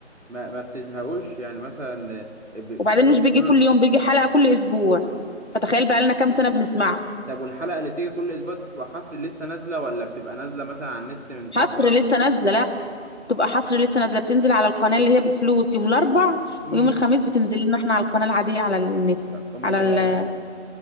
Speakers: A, on the right (about 80°); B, on the left (about 65°).
A: ما ما بتزهقوش يعني مثلا ب-
B: وبعدين
A: بسبب
B: مش بيجي
A: كل
B: كل يوم بيجي حلقة كل اسبوع فتخيل بقى لنا كام سنة بنسمعه
A: طب والحلقة اللي بتيجي كل اسبوع دي بتبقى حصر لسه نازلة ولا بتبقى نازلة مثلا على النت من فترة
B: حصر لسه نازلة لا تبقى حصر لسه نازلة بتنزل على القناة اللي هي بفلوس يوم الاربع
A: امم
B: ويوم الخميس بتنزل لنا احنا على القناة العادية على النت
A: موبايل
B: على ال